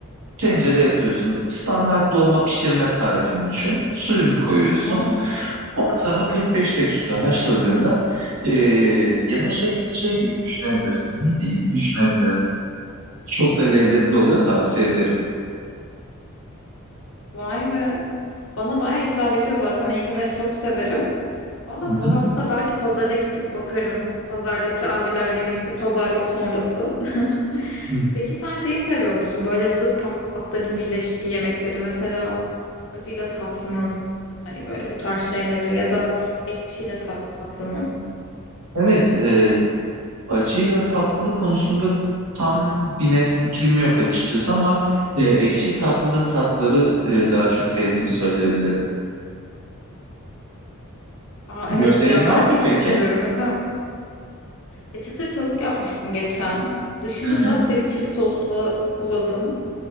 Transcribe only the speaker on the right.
tencereye atıyorsun. Standart dolma pişirme tarifini düşün. Suyunu koyuyorsun.
Ortamı 45 dakika haşladığında e, yeme şekli şey gibi düşünebilirsin. Midye gibi düşünebilirsin. Çok da lezzetli oluyor tavsiye ederim.
Hı
hı.
Hı.
Evet, e, Acıyla tatlı konusunda tam bir net fikrim yok açıkçası ama e, ekşi tatlı tatları e, daha çok sevdiğimi söyleyebilirim.
Bir
önerin
var
mı peki?
Hı hı.